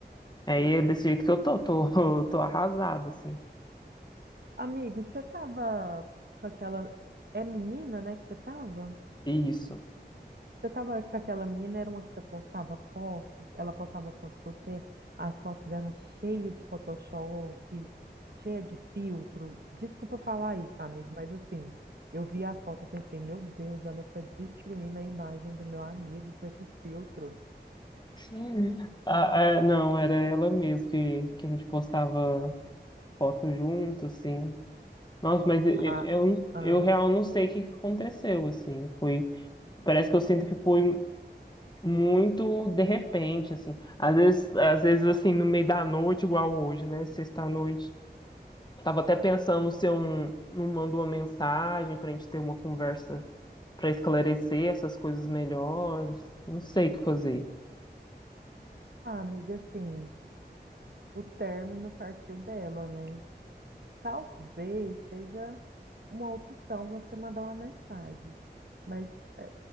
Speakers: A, on the left; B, on the right.
A: aí é desse jeito que eu tô, tô, <laughs> tô arrasado, assim.
B: Amigo, você tava com aquela... É menina, né, que você tava?
A: Isso.
B: Você tava com aquela menina, era uma que você postava foto, ela postava foto com você, as fotos dela cheia de Photoshop, cheia de filtro. Desculpa falar isso, amigo, mas assim, eu vi as fotos, eu pensei, meu Deus, ela tá destruindo a imagem do meu amigo com esses filtros.
A: Sim. Ah, ah, não, era ela mesmo que, que a gente postava foto junto, assim. Nossa, mas e- e-
B: Ah,
A: eu,
B: ah,
A: eu real não sei o que que aconteceu, assim. Foi, parece que eu sinto que foi muito de repente, assim. Às vezes, às vezes assim, no meio da noite, igual hoje, né? Sexta-noite. Tava até pensando se eu não, não mando uma mensagem pra gente ter uma conversa pra esclarecer essas coisas melhores. Não sei o que fazer.
B: ah, amiga, assim, o término partiu dela, né? Talvez seja uma opção você mandar uma mensagem, mas eh,